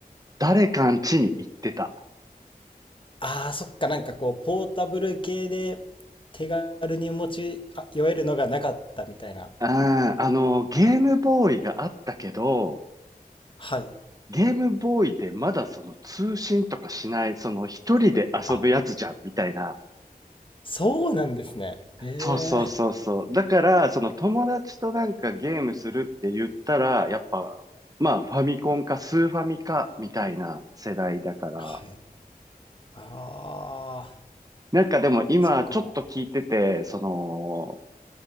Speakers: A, on the right; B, on the left.
A: 誰かん家に行ってた。
B: あーそっかなんかこうポータブル系で手軽に持ちあ寄えるのがなかったみたいな
A: あんあの、ゲームボーイがあったけど、
B: はい
A: ゲームボーイでまだその通信とかしない、その一人で遊ぶやつじゃん、
B: あ
A: みたいな。
B: そうなんですねええ
A: そうそうそうそう。だから、その友達となんかゲームするって言ったら、やっぱ、まあ、ファミコンかスーファミか、みたいな世代だから、
B: はいあ
A: なんかでも今ちょっと聞いてて、
B: ーそっか
A: その、